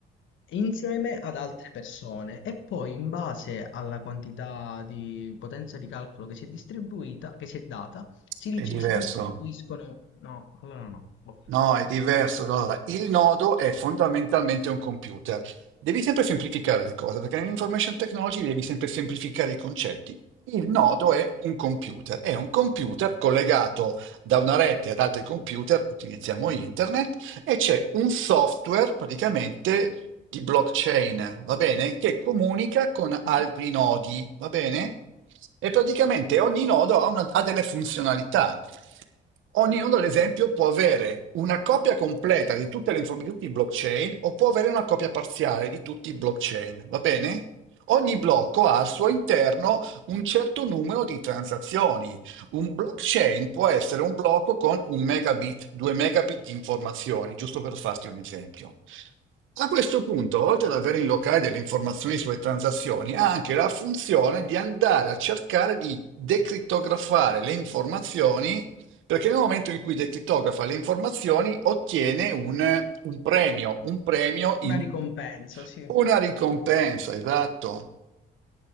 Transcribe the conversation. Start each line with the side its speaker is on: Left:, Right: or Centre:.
Left: insieme ad altre persone e poi in base alla quantità di potenza di calcolo che si è distribuita, che si è data, si,
Right: è
Left: dice-
Right: diverso.
Left: si distribuiscono... No, allora no. boh.
Right: No, è diverso. No, Allora, il nodo è fondamentalmente un computer. Devi sempre semplificare le cose, perché nell'information technology devi sempre semplificare i concetti. Il nodo è un computer, è un computer collegato da una rete ad altri computer, utilizziamo internet, e c'è un software praticamente di blockchain, va bene? Che comunica con altri
Left: Mm.
Right: nodi, va bene? E praticamente ogni nodo ha una- ha delle funzionalità. Ognuno, ad esempio, può avere una copia completa di tutte le informazioni, di tutti i blockchain, o può avere una copia parziale di tutti i blockchain, va bene? Ogni blocco ha al suo interno un certo numero di transazioni. Un blockchain può essere un blocco con un megabit, due megabit di informazioni, giusto per farti un esempio. A questo punto, oltre ad avere in locale delle informazioni sulle transazioni, ha anche la funzione di andare a cercare di decrittografare le informazioni perché nel momento in cui decriptografa le informazioni ottiene un, un premio, un premio in
Left: Una ricompensa, sì. Ho
Right: una ricompensa, esatto.